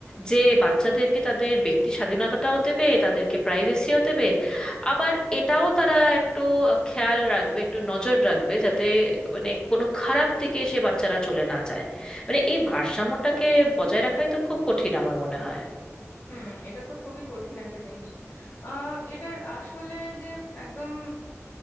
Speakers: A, on the left; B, on the left.
A: যে বাচ্চাদেরকে তাদের ব্যক্তি স্বাধীনতাটাও দেবে তাদেরকে প্রাইভেসিও দেবে আবার এটাও তারা একটু আহ, খেয়াল রাখবে একটু নজর রাখবে যাতে মানে কোনো খারাপ দিকে সে বাচ্চারা চলে না যায় মানে এই ভারসাম্যটাকে বজায় রাখাই তো খুব কঠিন আমার মনে হয়
B: হুম এটা তো খুবই কঠিন একটা জিনিস আহ এটার আসলে যে একদম